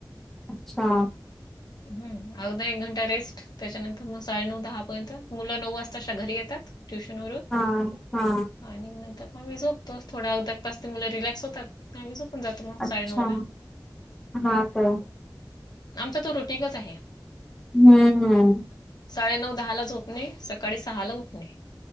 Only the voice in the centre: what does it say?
अच्छा.
हा हा.
अच्छा
हा काय
हम्म.